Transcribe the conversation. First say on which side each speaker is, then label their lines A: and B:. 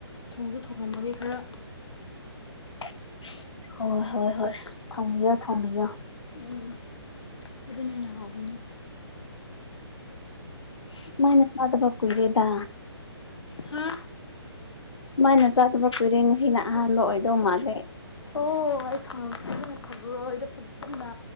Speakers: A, on the left (about 75°); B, on the left (about 90°).
A: ꯊꫭ ꯖꯨ ꯊꯣꯡꯉꯝꯕꯒꯦ ꯈꯔ
B: <inaudible> ꯍꯣꯏ ꯍꯣꯏ ꯍꯣꯏ ꯊꫭꯡꯕꯤꯌꫭ ꯊꫭꯡꯕꯤꯌꫭ
A: ꯎꯝ ꯑꯗꯨꯅꯗ ꯍꯦꯟꯅ ꯍꯥꯎꯕꯅꯤ
B: ꯁꯨꯃꯥꯏꯅ ꯆꯥꯗꯕ ꯀꯨꯏꯔꯦꯗ
A: ꯍꯥ
B: ꯁꯨꯃꯥꯅ ꯆꯥꯗꯕ ꯀꯨꯏꯔꯦ ꯉꯁꯤꯅ ꯑꯍꯥꯟꯕ ꯑꯣꯏꯗꯧ ꯃꯥꯜꯂꯦ
A: ꯑꯣ ꯑꯩ ꯊꯝꯃꯒꯦ ꯐꯖꯅ ꯊꯔꯣꯏꯗꯣ ꯐꯖꯅ